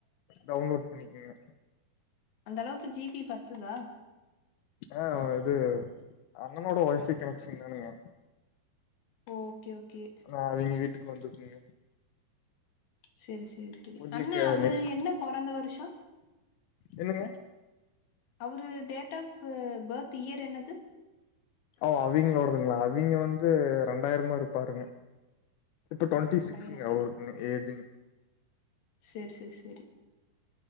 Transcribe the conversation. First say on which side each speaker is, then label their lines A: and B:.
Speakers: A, on the left; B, on the left.
A: டவுன்லோட் பண்ணிக்ங்க
B: அந்த அளவுக்கு ஜிபி பத்துதா
A: ஆ இது அண்ணனோட ஒய்ஃபை கனெக்க்ஷன் தானுங்க
B: ஓகே ஓகே
A: ஆ ஈவினிங் வீட்டுக்கு வந்துருக்கங்க
B: செரி செரி செரி
A: கொஞ்சோ
B: கண்ணா
A: க
B: அவரு
A: நெட்
B: என்ன பொறந்த வருஷம்
A: என்னங்க
B: அவரு date of H birth year என்னது
A: ஓ அவிங்களோடதுங்களா அவங்க வந்து ரெண்டாயிரமா இருப்பாருங்க இப்ப டுவெண்டி
B: ஓ ரெண்டாயிரத்தானா
A: சிக்ஸ்ங்க அவருக்குங்க ஏஜ்
B: செரி செரி செரி